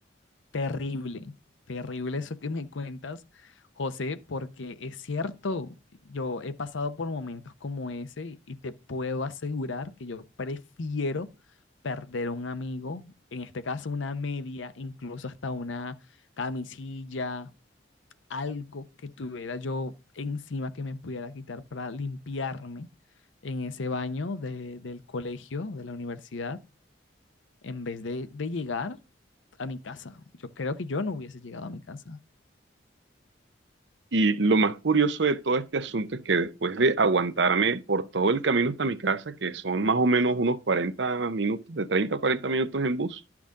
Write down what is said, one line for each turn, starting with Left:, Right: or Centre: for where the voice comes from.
Left: Terrible, terrible eso que me cuentas, José, porque es cierto, yo he pasado por momentos como ese y, y te puedo asegurar que yo prefiero perder un amigo, en este caso una media, incluso hasta una camisilla, algo que tuviera yo encima que me pudiera quitar para limpiarme en ese baño de- del colegio, de la universidad, en vez de, de llegar a mi casa. Yo creo que yo no hubiese llegado a mi casa,
Right: Y lo más curioso de todo este asunto es que después de aguantarme por todo el camino hasta mi casa, que son más o menos unos 40 minutos, de 30 a 40 minutos en bus,